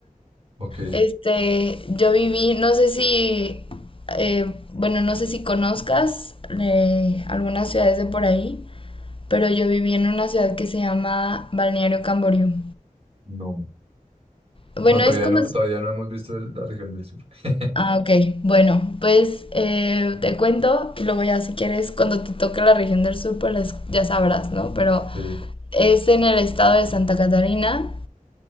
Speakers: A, on the right; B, on the left.
A: Ok,
B: Este, yo viví, no sé si, eh, bueno, no sé si conozcas eh, algunas ciudades de por ahí, pero yo viví en una ciudad que se llama Balneario Camboriú.
A: no,
B: Bueno,
A: no, todavía
B: es como...
A: no, todavía no hemos visto la región del sur. <laughs>
B: Ah, ok. Bueno, pues eh, te cuento y luego ya si quieres, cuando te toque la región del sur, pues las- ya sabrás, ¿no? Pero
A: Sí,
B: es en el estado de Santa Catarina